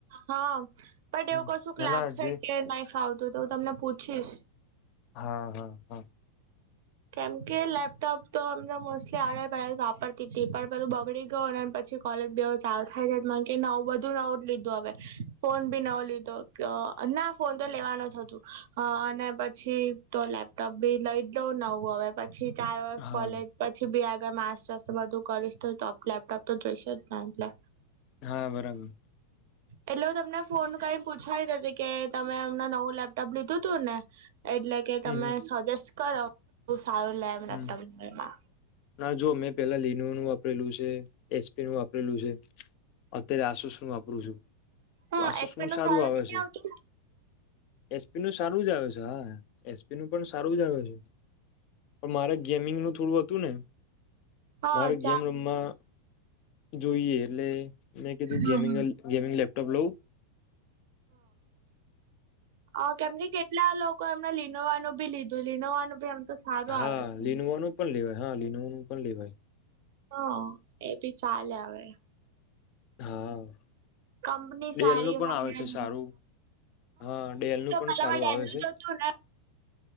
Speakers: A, on the right; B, on the left.
A: હા બટ
B: હમ
A: એવું કશું
B: ના
A: લાગશે
B: ના જે
A: કે નહી ફાવતું તો હું તમને પૂછીશ
B: હા હા હા
A: કેમ કે લેપટોપ તો અમને મોસ્ટલી આવડતા પેંલા વાપરતી હતી પણ પેલું બગડી ગયો ને પછી કોલેજ બવ ચાલુ થાય નવું બધું નવ જ લીધું હવે ફોન ભી નવો લીધો તો ના ફોન તો લેવાનો જ હતું હ અને પછી તો લેપટોપ બી લઈ જ લઉં ના હવે પછી ચાર વર્ષ
B: હા
A: કોલેજ પછી બી આગળ માસ્ટર્સ બધું કરીશ તો તો લેપટોપ તો જોઈશે જ ને એટલે
B: હા બરાબર
A: એટલે હ તમને ફોન કરીને પૂછાયી હતી કે તમે એમને નવું લેપટોપ લીધું તું ને એટલે કે
B: હમ
A: તમે
B: હમ
A: સજેસ્ટ કરો બ સારું લેમ
B: હમ
A: લેપપમાં
B: ના જો મેં પેલા લીનો નું વાપરેલું છે એસપી નું વાપરેલું છે અત્યારે આસૂસણું વાપરું છું તો
A: હા
B: આસૂસણું
A: એચપે નું
B: સારું આવે
A: નહી
B: છે
A: આવતું
B: એસપી નું સારું જ આવે છે હા એસપી નું પણ સારું જ આવે છે પણ મારે ગેમિંગનું થોડું હતું ને
A: હા
B: મારે ગેમ
A: ચાર
B: રમમાં
A: મહિને
B: જોઈએ એટલે મેં કીધું
A: હમ
B: ગેમંગ ગેમિંગ લેપટોપ લઉં
A: હા કેમ કે કેટલા લોકો એમને લીનોવાનું ભી લીધું લીનોવાનું ભી એમ તો સારું
B: હા
A: આવે છે
B: લીનોવાનું પણ લેવાય હા લીનું પણ લેવાય
A: હા એ ભી ચાલે હવે
B: હા
A: કંપની
B: ડેલનું
A: સારી
B: પણ
A: હોય
B: આવે છે સારું હા ડેલનું
A: તો
B: પણ
A: પેલામાં
B: સારું
A: ડેલનું
B: આવે છે
A: જ હતું ને